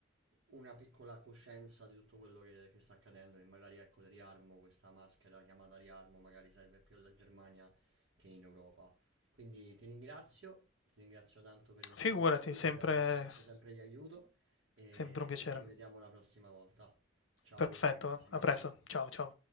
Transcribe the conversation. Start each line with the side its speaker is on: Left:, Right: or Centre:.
Right: una piccola coscienza di tutto quello che, che sta accadendo e magari ecco il riarmo, questa maschera chiamata riarmo, magari serve più alla Germania che in Europa. Quindi ti ringrazio, ti ringrazio tanto per le spiegazioni,
Left: Figurati, sempre
Right: sei sempre, sei
Left: s
Right: sempre di aiuto e
Left: sempre un piacere.
Right: e ci vediamo la prossima volta. Ciao
Left: Perfetto,
Right: Luca, grazie mille.
Left: a presto. Ciao, ciao.